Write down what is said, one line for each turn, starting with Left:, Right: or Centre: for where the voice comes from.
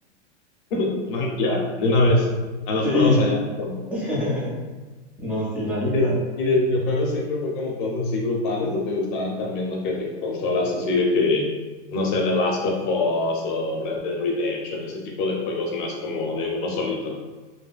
Left: <laughs> Man, ya, de una vez. A las
Centre: Sí.
Left: pros allá, a Japón.
Centre: <laughs> No, sí, la neta.
Left: ¿Y de, y de videojuegos siempre fue como cosas así grupales o te gustaban también las que, de que consolas así de que, no sé, The Last of Us o Red Dead Redemption, ese tipo de juegos más como de uno solito?